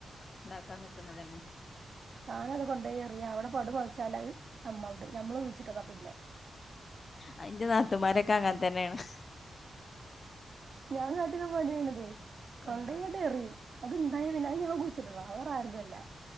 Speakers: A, on the left; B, on the right.
A: അ നിക്ക്ണതന്നെ
B: സാനം അത് കൊണ്ട് എറിയാ അവിടെ പടു മൊളിച്ചാല് നമ്മളത് നമ്മള് കുഴിച്ചിട്ടന്നാ പിന്നെ
A: അതിന്റെ നാത്തുമാരൊക്കെ അങ്ങാതെ തന്നെയാണ്
B: ഞാൻ കാട്ടി <unintelligible> കൊണ്ടായിട്ട്
A: ആഹ്
B: എറിയും അത്ണ്ടായ പിന്നെ ഞാൻ കുഴിച്ചിട്ടത വേറെ ആര്തുല്ല